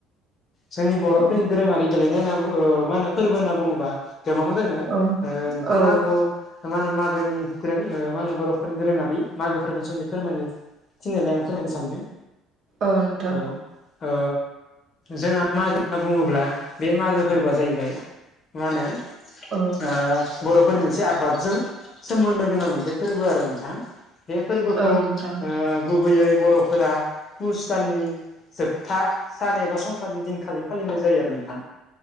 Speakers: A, on the left (about 30°); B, on the right (about 40°).
A: जोंनि बर'फोरनि
B: औ
A: दोरोङारि गेलेनाय होनना मा होनो फोरबो होनना बुङोबा गोबां दोङो
B: औ
A: नोंथाङा
B: औ
A: आंखौ मा होनो मागोनि दोरों ओ मा होनो बर'फोरनि दोरोङारि मागो फोर्बोनि सोमोन्दै फोरमायनो थिननायलाय आं फोरमायनो सानदों
B: औ नोंथां
A: औ। ओ जोंहा मागो होनना बुङोब्ला बे मागो फोरबोआ जाहैबाय मा होनो
B: औ
A: ओ बर'फोरनि मोनसे आबादजों सोमोन्दो गोनां मोनसे फोरबो आरो नोंथां। बे फोरबोखौ
B: औ नोंथां
A: गुबैयै बर'फोरा पुस दाननि था सान एबा संक्रान्ति दिनखालि फालिनाय जायो आरो नोंथां।